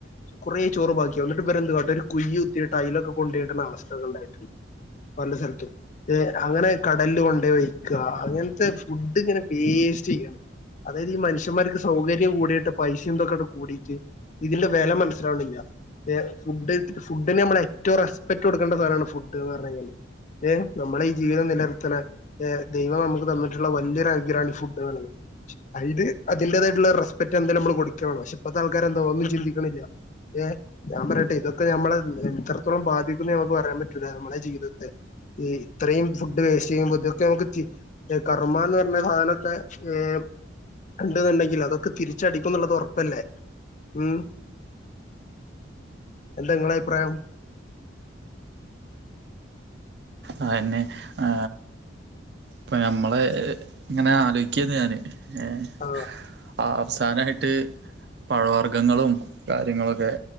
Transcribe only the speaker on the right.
അതന്നെ ആ ഇപ്പ ഞമ്മളെ ഇങ്ങനെ ആലോചിക്കുകന്ന് ഞാന് ഏഹ്
ആ സാനമായിട്ട് പഴവർഗങ്ങളും കാര്യങ്ങളൊക്കെ